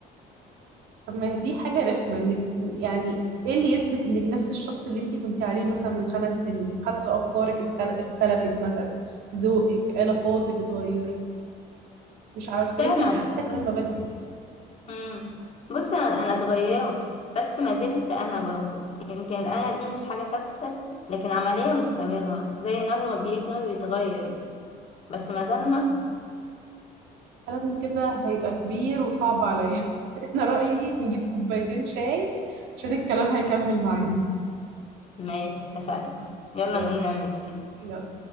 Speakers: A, on the right (about 85°); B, on the left (about 40°).
A: طب ما دي حاجه رخمه انك يعني ايه اللي يثبت انك نفس الشخص اللي انت كنت عليه مثلا من خمس سنين حتى افكارك اتخل- اختلفت مثلا ذوقك علاقاتك اتغيرت مش عارفة
B: فعلا
A: يمكن حتى
B: بص
A: كمان مبادئك
B: مم. بصي أنا أنا اتغيرت بس ما زلت أنا برضه يمكن أنا دي مش حاجة ثابتة لكن عملية مستمرة زي نهر بيجري ويتغير بس ما زال نهر
A: كلام كده هيبقى كبير وصعب عليا <laughs> أنا رأيي نجيب كوبايتين شاي عشان الكلام هيكمل معانا
B: ماشي اتفقنا يلا
A: يلا
B: نقوم نعمل إيه؟
A: يلا